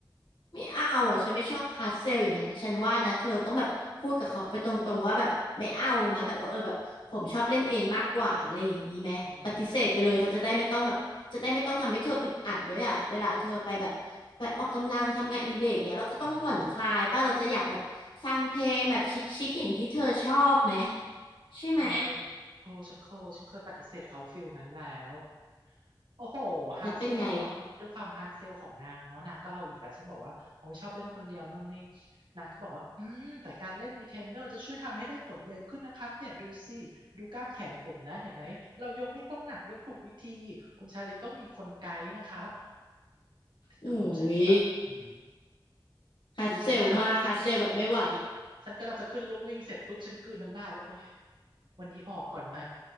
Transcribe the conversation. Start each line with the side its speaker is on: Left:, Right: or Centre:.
Left: ไม่เอาอ่ะฉันไม่ชอบฮาร์ดเซลอย่างเงี้ยฉันว่านะเธอต้องแบบพูดกับเขาไปตรงๆว่าแบบไม่เอาไหมแบบว่าเออแบบผมชอบเล่นเองมากกว่าอะไรอย่างนี้ไหมปฏิเสธไปเลยเขาจะได้ไม่ต้องแบบจะได้ไม่ต้องทำให้เธออึดอัดด้วยอ่ะเวลาเธอไปแบบไปออกกำลังทำงานอดิเรกเนี้ยเราก็ต้องผ่อนคลายป่ะเราจะอยากแบบฟังเพลงแบบชิคๆอย่างที่เธอชอบไหม
Right: เอออ่า
Left: ใช่ไหม
Right: เคยโทรฉันเคยฉันเคยปฏิเสธเขาฟิลนั้นแล้วโอ้โหฮาร์ดเซลเนาะด้วยความฮาร์ดเซลของนางเนาะนางก็เอาอีกแล้วฉันบอกว่าโอ้ยชอบเล่นคนเดียวนู่นนี่
Left: แล้วเป็นไง
Right: นางก็บอกว่าอืมแต่การเล่นบีเทนเนอร์จะช่วยทำให้ได้ผลเร็วขึ้นนะครับเนี่ยดูสิดูกล้ามแขนผมนะเห็นไหมเรายกไม่ต้องหนักยกถูกวิธีคุณชาลีต้องมีคนไกด์นะครับเธอฉันก็แบบอือหือ
Left: อุ้ยฮาร์ดเซลมากฮาร์ดเซลแบบไม่ไหว
Right: คือฉันกำลังฉันกำลังจะขึ้นลูกวิ่งเสร็จปุ๊บฉันกลืนน้ำลายเลยโอ้ยวันนี้ออกก่อนไหม